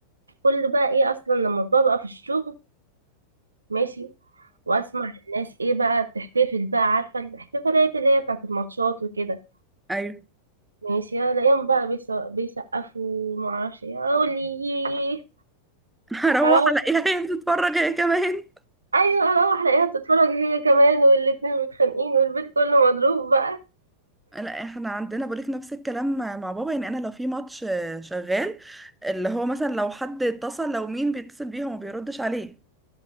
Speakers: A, on the right; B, in the centre.
A: كل بقى ايه اصلا لما ببقى في الشغل ماشي واسمع الناس ايه بقى بتحتفل بقى عارفه الاحتفالات اللي هي بتاعت الماتشات وكده
B: ايوه
A: ماشي الاقيهم بقى بيس- بيسقفوا ومعرفش ايه اقول لي
B: <laughs> هروح
A: هروح
B: الاقيها هي بتتفرج هي كمان
A: ايوه اروح الاقيها بتتفرج هي كمان والاتنين متخانقين والبيت كله مضروب بقى
B: لا احنا عندنا بقولك نفس الكلام مع بابا يعني انا لو في ماتش آه، شغال اللي هو مثلا لو حد اتصل لو مين بيتصل بيه هو ما بيردش عليه